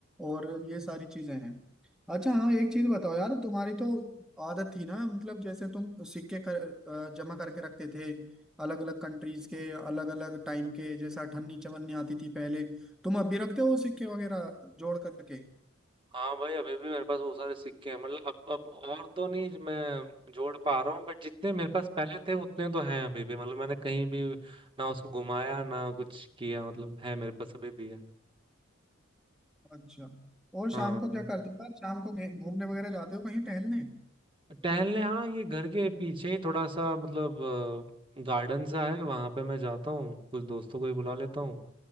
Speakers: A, in the centre; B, on the right.
A: और ये सारी चीजें हैं अच्छा हाँ एक चीज बताओ यार तुम्हारी तो आदत थी ना मतलब जैसे तुम सिक्के कर, अ, जमा करके रखते थे अलग अलग कंट्रीज के अलग अलग टाइम के जैसे अठन्नी चवन्नी आती थी पहले तुम अब भी रखते हो सिक्के वगैरह जोड़ करके
B: हाँ भाई अभी भी मेरे पास बहुत सारे सिक्के हैं मतलब अब अब और तो नहीं जो मैं जोड़ पा रहा हूँ बट जितने मेरे पास पहले थे उतने तो हैं अभी भी मतलब मैंने कहीं भी ना उसको घुमाया ना कुछ किया मतलब है मेरे पास अभी भी है
A: अच्छा और
B: हाँ
A: शाम को क्या करते हो यार शाम को घे- घूमने वगैरह जाते हो कहीं टहलने
B: टहलने हाँ ये घर के पीछे ही थोड़ा सा मतलब गार्डन सा है वहां पे मैं जाता हूँ कुछ दोस्तों को भी बुला लेता हूँ